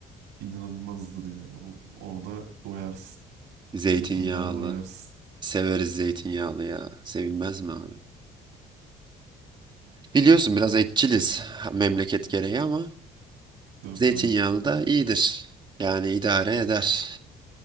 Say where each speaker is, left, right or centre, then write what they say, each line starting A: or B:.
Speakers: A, on the right; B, on the right.
A: inanılmazdır yani. O, orada doyarsın.
B: Zeytinyağlı.
A: Zeytinyağına doyarsın.
B: Severiz zeytinyağlı ya. Sevilmez mi abi? Biliyorsun biraz etçiliz memleket gereği ama
A: Tabii
B: zeytinyağlı
A: tabii.
B: da iyidir. Yani idare eder.